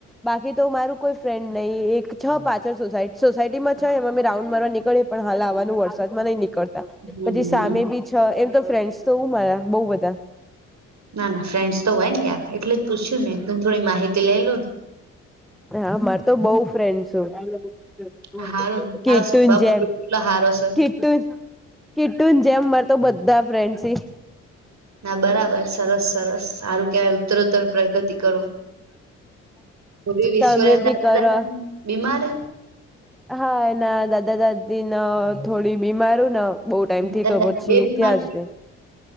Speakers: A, in the centre; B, on the right.
A: બાકી તો મારું કોઈ ફ્રેન્ડ નહી એક છ પાછળ સોસાય સોસાયટીમાં છ એમાં મેં રાઉન્ડ મારવા નીકળ પણ હાલ આવાનું વરસાદ નહી નીકળ
B: હમ
A: પછી સામે બી છ એમ તો ફ્રેન્ડસ તો મારા બઉ બધા.
B: ના ના ફ્રેન્ડ્સ તો હોય ને યાર એટલે જ પૂછ્યું ને <unintelligible> થોડી માહિતી લઈ લો ન
A: હા મારે તો બઉ ફ્રિન્ડ્સ છે.
B: ને હારું તારો
A: કીટુંન
B: સ્વભાવ
A: જેમ
B: કેટલો હારો છે
A: કીટું. કીટુંન જેમ મારે તો બધા ફ્રેન્ડ છી.
B: ના બરાબર સરસ સરસ સારું કેવાય ઉત્તરોત્તર પ્રગતિ કરો. બધી વિશ્વ
A: તમે
B: <unintelligible>
A: બી કરો
B: બીમાર હે
A: હા એના દાદા દાદી ન થોડી બીમારુ ન. બઉુ ટાઈમથી
B: દાદા
A: તો
B: દાદી
A: પછી
B: બે બીમાર
A: ત્યાંજ રેય.